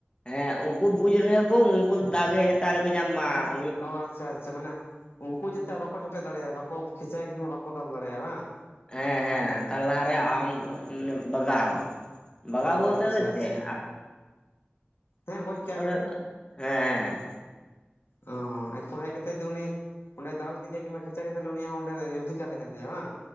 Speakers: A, on the left; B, on the left.
A: ᱦᱮᱸ ᱩᱱᱠᱩ ᱵᱩᱡᱽ ᱨᱮᱦᱚᱸ ᱠᱚ ᱩᱱᱠᱩ ᱫᱚ ᱫᱟᱜᱮ ᱡᱟᱛᱮ ᱟᱞᱚ ᱠᱚ ᱧᱟᱢ ᱢᱟ ᱾
B: ᱚ ᱟᱪᱪᱷᱟ ᱟᱪᱪᱷᱟ ᱢᱟᱱᱮ ᱩᱱᱠᱩ ᱡᱟᱛᱮ ᱵᱟᱠᱚ ᱡᱚᱴᱮᱫ ᱫᱟᱲᱮᱭ-ᱟᱭ ᱵᱟᱠᱚ ᱠᱷᱮᱪᱟᱭ ᱠᱤᱝᱵᱟ ᱵᱟᱠᱚ ᱫᱟᱞ ᱫᱟᱲᱮᱭᱼᱟᱭ ᱵᱟᱝ?
A: ᱦᱮᱸ ᱦᱮᱸ ᱛᱟᱨ ᱞᱟᱦᱟᱨᱮ ᱟᱢ ᱢᱟᱱᱮ ᱵᱟᱜᱟᱣᱟᱢ ᱾ ᱵᱟᱜᱟᱣ
B: ᱚ
A: ᱵᱚᱞᱛᱮ
B: ᱟᱪᱪᱷᱟ
A: ᱟᱫᱚ <inaudible>
B: ᱟᱪᱪᱷᱟ
A: ᱦᱮᱸ
B: ᱦᱮᱸ ᱜᱚᱡ ᱠᱟᱭ
A: ᱦᱮᱸ
B: ᱢᱮ
A: ᱦᱮᱸ ᱾
B: ᱚ ᱮᱨᱯᱚᱨ ᱦᱮᱡ ᱠᱟᱛᱮᱫ ᱫᱚ ᱩᱱᱤ ᱚᱸᱰᱮ ᱫᱟᱞ ᱠᱮᱫᱮᱭᱟ ᱠᱤᱝᱵᱟ ᱠᱷᱮᱪᱟ ᱠᱮᱫᱮᱭᱟ ᱛᱷᱟᱞᱮ ᱩᱱᱤᱭᱟᱜ ᱦᱚᱸ ᱚᱸᱰᱮ ᱚᱫᱷᱤᱠᱟᱨ ᱦᱮᱡ ᱮᱱ ᱛᱟᱭᱟ ᱵᱟᱝ?